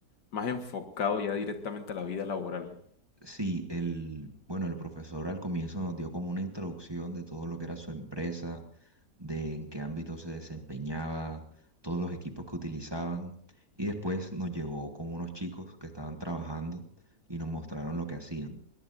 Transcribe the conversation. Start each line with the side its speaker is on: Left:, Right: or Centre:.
Left: más enfocado ya directamente a la vida laboral.
Right: Sí, el, bueno, el profesor al comienzo nos dio como una introducción de todo lo que era su empresa, de en qué ámbito se desempeñaba, todos los equipos que utilizaban, y después nos llevó con unos chicos que estaban trabajando y nos mostraron lo que hacían.